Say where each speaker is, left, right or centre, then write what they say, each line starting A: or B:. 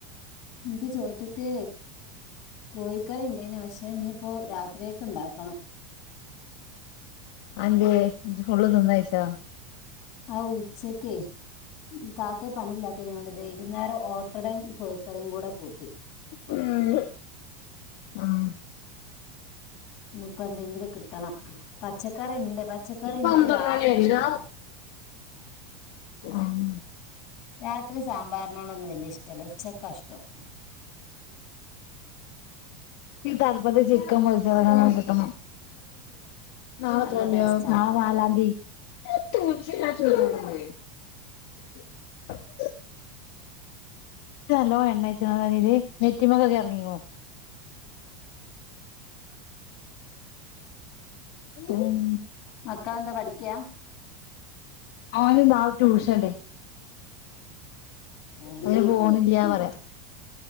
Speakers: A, on the left; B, on the left.
A: ൻക്ക് ചോറ്റ്ക്ക്, കോഴിക്കറിണ്ടേനി പക്ഷെ ഇഞ്പ്പോ രാത്രികക്ക്ണ്ടാക്കണം
B: ആഹ് ന്ദ്യേ ജ് ഫുള്ള് തിന്നയിച്ചാ
A: ആൗച്ചക്കേ കാക്ക പണില്ലാതീ നോണ്ട് വൈകുന്നേരം ഓട്ടടയും കോഴിക്കറിംകൂടെ കൂട്ടി
B: ഉം ആഹ്‌
A: ഞ്പ്പ ന്തെങ്കിലും കിട്ടണം പച്ചക്കറി ഉണ്ട് പച്ചക്കറി എനിക്ക്
B: പന്ത്രണ്ടണി
A: രാത്രി
B: അല്ലെ
A: ഇഷ്ടല്ല
B: <unintelligible>
A: രാത്രി സാമ്പാറിനോടൊന്നും വല്യഷ്ടല്ല ഉച്ചക്ക ഇഷ്ടം
B: ഈ തൺപ്പത് ചിക്കൻ പൊരിച്ചതങ്ങട്ട് കിട്ടണം, നാളത്രന്ദ്യ
A: നല്ല ടേസ്റ്റാ
B: നാളെ നാലാംദി <unintelligible> നല്ലോ എണ്ണേച്ച്ക്ണ നെറ്റിമക്കൊകെർങ്ങിക്ക്ണു ഉം
A: മക്കളെന്താ പഠിക്കാ
B: അവഓന് നാളെ ട്യൂഷൻണ്ട്
A: ഏ
B: അതിന് പോണ്ല്ല്യ പറിയ